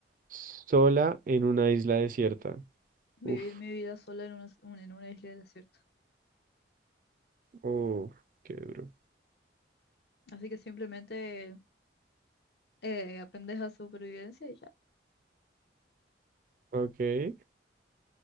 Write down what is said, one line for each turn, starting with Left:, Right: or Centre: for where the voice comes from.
Right: Sola en una isla desierta.
Left: vivir
Right: Uf,
Left: mi vida sola en una, un- en una isla desierta.
Right: oh, qué duro.
Left: Así que simplemente eh, aprendes a supervivencia y ya.
Right: Ok,